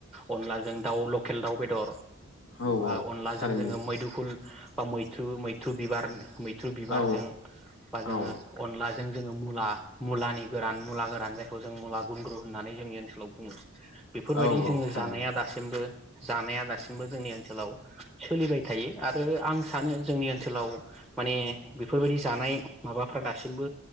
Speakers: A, in the centre; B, on the left (about 70°).
A: अनलाजों दाउ लकेल दाउ बेदर ओ
B: औ औ
A: अनलाजों
B: थारैनो
A: जोङो मैदुफुल, बा मैथ्रु मैथ्रु बिबार मै थ्रु बिबारजों
B: औ
A: बा जोंङो
B: औ
A: अनला जों जोंङो मुला, मुलानि गोरान मुला गोरान जायखौ जों मुला गुनद्रु होननानै जोंनि ओनसोलाव बुंङो। बेफोरबायदि
B: औ
A: जोंङो
B: औ थारैनो
A: जानाया दासि बो जानाया दासिमबो जोंनि ओनसोलाव सोलिबाय थायो आरो आं सानो जोंनि ओनसोलाव माने बेफोरबायदि जानाय माबाफ्रा दासिमबो